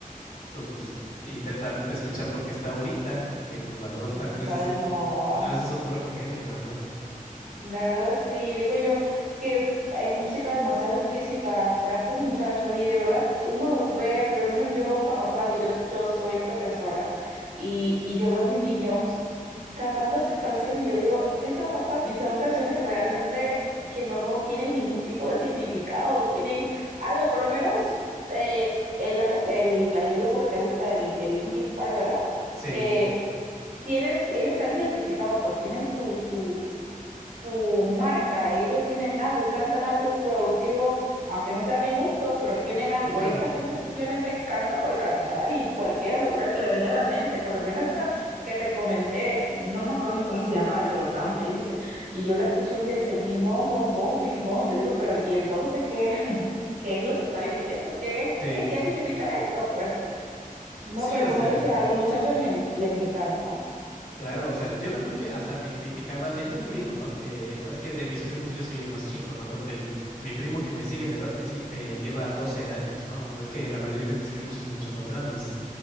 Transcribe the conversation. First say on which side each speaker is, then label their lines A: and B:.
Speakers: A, on the left; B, on the right.
A: Entonces, pues intentan escuchar lo que está ahorita, que pues la verdad <laughs>
B: Lo
A: a
B: que
A: veces
B: está de
A: son,
B: moda.
A: a veces son pura porquería, la verdad.
B: La verdad sí, digo yo que es música demasiado explícita para estos muchachos y de verdad uno los ve, por lo menos yo cuando salgo, yo, yo soy profesora y, y yo veo a mis niños cantando esas canciones y yo digo, ¿qué está pasando? Y son canciones realmente que no tienen ningún tipo de significado, no tienen algo, por lo menos eh, el, el- el grupo que te gusta, el, el Linkin Park, ¿verdad?
A: Sí,
B: Eh, tienen, ellos están identificados, pues tienen su, su su marca, ellos tienen algo y cantan algo productivo, aunque no sea a mi gusto, pero tienen algo.
A: sí, claro.
B: Y esta gente simplemente canta por cantar y cualquier locura que le venga a la mente, por lo menos esta que te comenté, no me acuerdo ni cómo se llama la que lo canta, y dice, y yo la escuché un día, dice, bim, bom, bom, bom, bim, bom. Yo digo, pero ¿y entonces qué, <laughs> qué es lo que está diciendo? ¿Qué,
A: Sí,
B: qué, qué significa esto? Pues no,
A: sí,
B: pero
A: o
B: como
A: sea,
B: dice, a los muchachos les, en- les encanta.
A: claro, o sea, yo recuerdo que hasta me criticaba, tenía un primo, ¿no? Que es que de mis primos yo soy el más chico, ¿no? Creo que el, mi primo que me sigue en edad me, si- me lleva 12 años, ¿no? Es que la mayoría de mis primos son mucho más grandes.